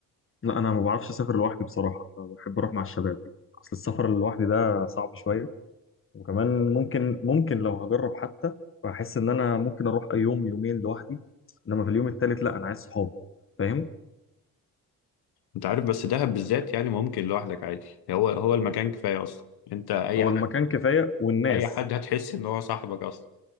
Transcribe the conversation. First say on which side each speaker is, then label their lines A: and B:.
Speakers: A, on the left; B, on the left.
A: لا انا ما بعرفش اسافر لوحدي بصراحه آه، بحب اروح مع الشباب يعني. اصل السفر لوحدي ده صعب شويه وكمان ممكن ممكن لو هجرب حتى بحس ان انا ممكن اروح يوم يومين لوحدي انما في اليوم التالت لا انا عايز صحابي فاهم
B: أنت عارف بس دهب بالذات يعني ممكن لوحدك عادي هو هو المكان كفاية أصلا أنت أي
A: هو
B: حد
A: المكان كفايه والناس
B: أي حد هتحس إن هو صاحبك أصلا